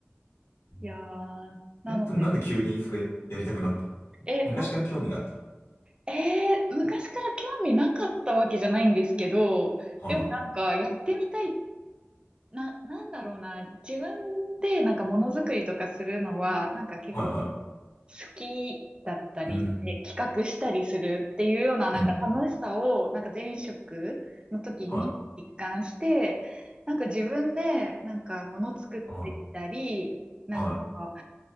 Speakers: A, on the left; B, on the right.
A: うん
B: いやー、なので、
A: え、それなんで急にそれやりたくなった
B: え、
A: 昔から興味があった。
B: な、えー昔から興味なかったわけじゃないんですけど、
A: はい、
B: でもなんかやってみたいな、なんだろうな、自分でなんかものづくりとかするのは、なんか結構好
A: はい、は
B: きだったりして、
A: い。うん、
B: 企画したりするっていうようななんか楽しさを、
A: うん、うん
B: なんか前職の時に実感して、
A: は
B: なんか自分でなんかもの作ってみたり、
A: い、は
B: なんか
A: い、はい。